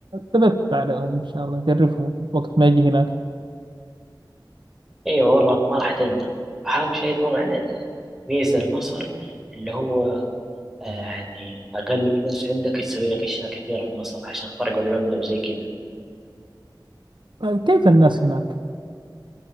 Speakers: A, on the right; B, in the centre.
A: ثبت عليهم إن شاء الله أجربهم وقت ما أجي هناك
B: أيوة والله ما راح تندم أهم شيء طبعا الميزة لمصر اللي هو آه، يعني أقل فلوس عندك يسوي لك أشياء كثيرة في مصر عشان فرق العملة وزي كذا
A: طيب كيف الناس هناك؟